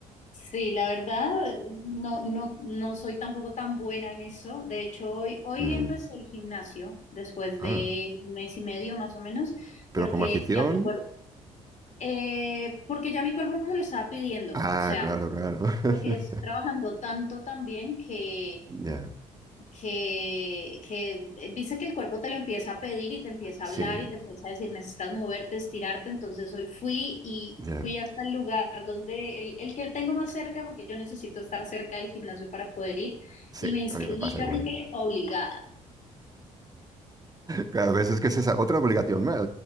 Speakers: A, on the left; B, on the right.
A: Sí, la verdad, no, no, no soy tampoco tan buena en eso. De hecho, hoy, hoy
B: Mm,
A: empecé el gimnasio después
B: Ah,
A: de un mes y medio más o menos,
B: pero
A: porque
B: como afición,
A: ya mi cuerpo, eh, porque ya mi cuerpo me lo estaba pidiendo.
B: ah,
A: O sea,
B: claro, claro. <laughs>
A: porque estoy trabajando tanto también que
B: Ya,
A: que, que dice que el cuerpo te lo empieza a pedir y te empieza
B: Sí,
A: a hablar y te empieza a decir, necesitas moverte, estirarte. Entonces hoy fui y
B: ya,
A: fui hasta el lugar donde el, el que tengo más cerca, porque yo necesito estar cerca del gimnasio para poder ir,
B: Sí,
A: y me inscribí
B: a mí me pasa
A: casi
B: igual.
A: que obligada.
B: Claro, ves, es que es esa otra obligación más.